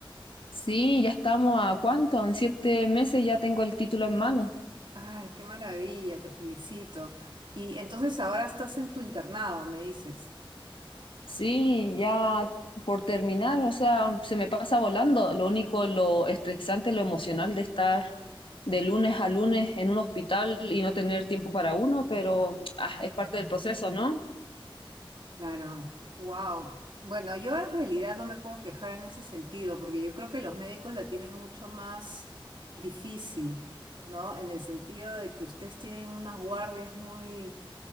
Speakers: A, on the left; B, on the right.
A: Sí, ya estamos a cuánto, en siete meses ya tengo el título en mano.
B: Ay, qué maravilla, te felicito. Y entonces ahora estás en tu internado, me dices.
A: Sí, ya por terminar, o sea, se me pasa volando. Lo único, lo estresante, lo emocional de estar de lunes a lunes en un hospital y no tener tiempo para uno, pero ah, es parte del proceso, ¿no?
B: Claro, wow. Bueno, yo en realidad no me puedo quejar en ese sentido, porque yo creo que los médicos la tienen mucho más difícil, ¿no? En el sentido de que ustedes tienen unas guardias muy